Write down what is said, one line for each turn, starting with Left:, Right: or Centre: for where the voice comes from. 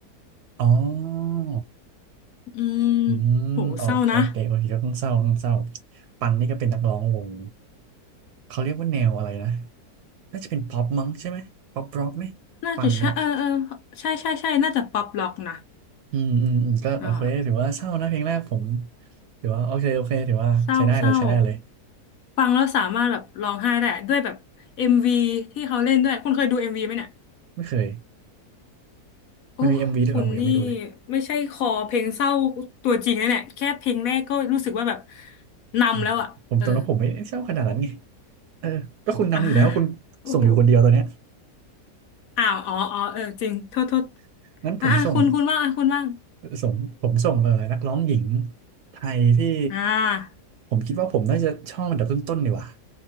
Right: อ๋อ
Left: อืม
Right: อืมโอโอเคโอเคก็ต้องเศร้าต้องเศร้า
Left: โหเศร้านะ
Right: ปันนี่ก็เป็นนักร้องวงเขาเรียกว่าแนวอะไรนะ น่าจะเป็นป๊อปมั้งใช่ไหมป๊อปร็อกไหม
Left: น่าจะใช่เออเออ
Right: ปันเนี่ย
Left: ใช่ใช่ใช่น่าจะป๊อปล็อกนะ
Right: อืมอืมอืมก็โอเคถือว่าเศร้านะเพลงแรกผม
Left: อ่า
Right: ถือว่าโอเคโอเคถือว่าใช้ได้เลยใช้ได้เลย
Left: เศร้าเศร้าฟังแล้วสามารถแบบร้องไห้ได้อะด้วยแบบเอ็มวีที่เขาเล่นด้วยคุณเคยดูเอ็มวีไหมเนี่ย
Right: ไม่เคย
Left: โอ้คุณนี่
Right: มันมีเอ็มวีด้วยเหรอผมยังไม่ดูเลย
Left: ไม่ใช่คอเพลงเศร้าตัวจริงนะเนี่ยแค่เพลงแรกก็รู้สึกว่าแบบนำแล้วอ่ะเออ
Right: อืมผมตอนนั้นผมไม่ได้เศร้าขนาดนั้นไงเออก็คุณนำอยู่แล้วคุณส่งอยู่คนเดียวตอนเนี้ย
Left: อ่าโอ้โหอ้าวอ๋ออ๋อเออจริงโทษโทษ
Right: <laughs> งั้นผมส่ง
Left: อ่ะอ่ะคุณคุณว่างอ่ะคุณว่าง
Right: ส่งผมส่งเออนักร้องหญิงไทยที่
Left: อ่า
Right: ผมคิดว่าผมน่าจะชอบอันดับต้นๆดีกว่า